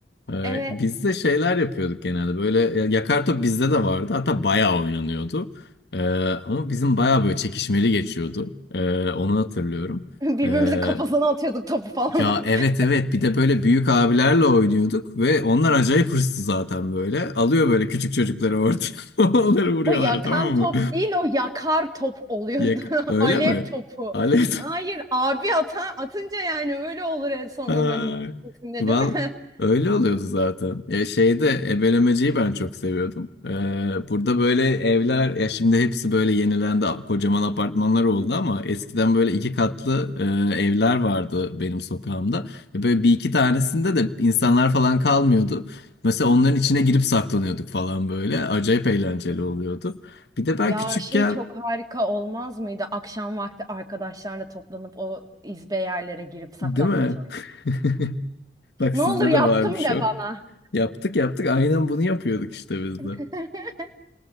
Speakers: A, on the left (about 65°); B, on the right (about 20°).
A: Ee,
B: Evet.
A: biz de şeyler yapıyorduk genelde. Böyle ya- yakar top bizde de vardı. Hatta bayağı oynanıyordu. Ee, ama bizim bayağı böyle çekişmeli geçiyordu. Ee, onu hatırlıyorum.
B: <laughs> Birbirimizin
A: Ee,
B: kafasına atıyorduk topu falan.
A: Ya evet
B: <laughs>
A: evet bir de böyle büyük abilerle oynuyorduk ve onlar acayip hırslı zaten böyle. Alıyor böyle küçük çocukları ortaya <laughs> onları vuruyorlar
B: O yakan
A: tamam
B: top
A: mı?
B: değil, o yakar top oluyordu.
A: Yak-
B: <laughs>
A: Öyle
B: Alev
A: mi?
B: topu.
A: Alev
B: Hayır, abi ata, atınca yani öyle olur en sonunda
A: Ay,
B: neticesinde
A: Val
B: değil mi? <laughs>
A: öyle oluyordu zaten. Ya şeyde ebelemeciyi ben çok seviyordum. Ee, burada böyle evler ya şimdi hepsi böyle yenilendi kocaman apartmanlar oldu ama eskiden böyle iki katlı e, evler vardı benim sokağımda. Ve böyle bir iki tanesinde de insanlar falan kalmıyordu. Mesela onların içine girip saklanıyorduk falan böyle. Acayip eğlenceli oluyordu. Bir de ben
B: Ya
A: küçükken
B: şey çok harika olmaz mıydı? Akşam vakti arkadaşlarla toplanıp o izbe yerlere girip saklambaç
A: değil mi?
B: oynamak.
A: <laughs> Bak
B: Ne
A: sizde
B: olur yaptım
A: de varmış
B: de
A: o.
B: bana.
A: Yaptık yaptık. Aynen bunu yapıyorduk işte biz
B: <laughs>
A: de.